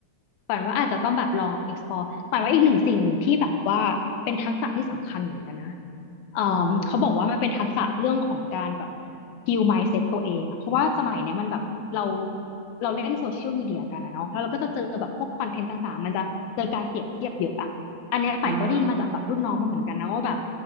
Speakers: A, on the left; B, on the right.
A: ฝันว่าอาจจะต้องแบบลอง explore ฝันว่าอีกหนึ่งสิ่งที่แบบว่าเป็นทักษะที่สำคัญเหมือนกันนะเอ่อเขาบอกว่ามันเป็นทักษะเรื่องของการแบบ
B: อ่าฮะ
A: heal mindset ตัวเองอะเพราะว่าสมัยเนี้ยมันแบบเราเราเล่นโซเชียลมีเดียกันนะเนาะแล้วเราก็จะเจอแบบพวกคอนเทนต์ต่างๆมันจะเจอการเปรียบเทียบเยอะอะอันเนี้ยฝันก็ได้ยินมาจากแบบรุ่นน้องมาเหมือนกันนะว่าแบบ
B: อ่า